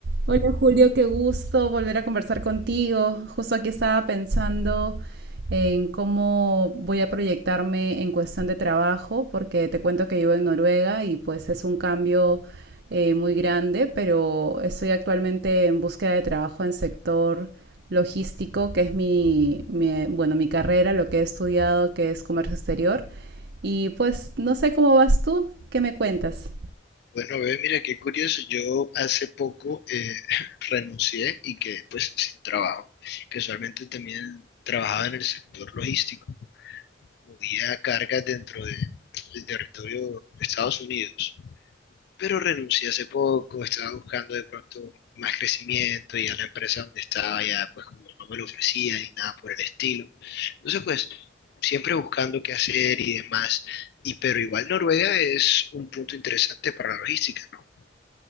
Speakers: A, on the right (about 65°); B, on the left (about 60°).
A: Hola Julio, qué gusto volver a conversar contigo. Justo aquí estaba pensando en cómo voy a proyectarme en cuestión de trabajo, porque te cuento que vivo en Noruega y pues es un cambio eh, muy grande, pero estoy actualmente en búsqueda de trabajo en sector logístico, que es mi, mi, bueno, mi carrera, lo que he estudiado, que es comercio exterior. Y pues no sé cómo vas tú, ¿qué me cuentas?
B: Bueno, bebé, mira qué curioso. Yo hace poco eh, <laughs> renuncié y quedé pues sin trabajo. Que usualmente también trabajaba en el sector logístico. Movía cargas dentro de- del territorio de Estados Unidos. Pero renuncié hace poco. Estaba buscando de pronto más crecimiento y a la empresa donde estaba ya pues como no me lo ofrecía ni nada por el estilo. Entonces pues siempre buscando qué hacer y demás. Y pero igual Noruega es un punto interesante para la logística. ¿no?